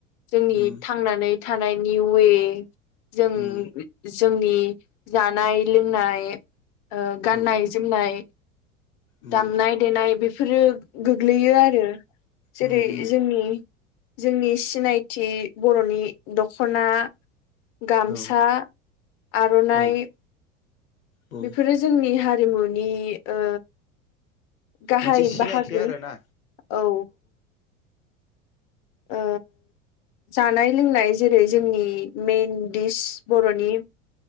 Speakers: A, on the left (about 45°); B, on the left (about 85°).
A: जोंनि
B: उम
A: थांनानै थानायनि उवे जों
B: उम
A: जोंनि जानाय लोंनाय ओ गाननाय
B: औ
A: जोमनाय,
B: उम
A: दामनाय देनाय बेफोरो गोग्लैयो आरो। जेरै
B: उम उम
A: जोंनि जोंनि सिनायथि बर'नि दख'ना गामसा,
B: औ
A: आर'नाइ
B: औ औ
A: बेफोरो जोंनि हारिमुनि ओ गाहाय
B: मोनसे सिनायथि
A: बाहागो
B: आरोना
A: औ। ओ जानाय लोंनाय जेरै जोंनि मेइन दिस बर'नि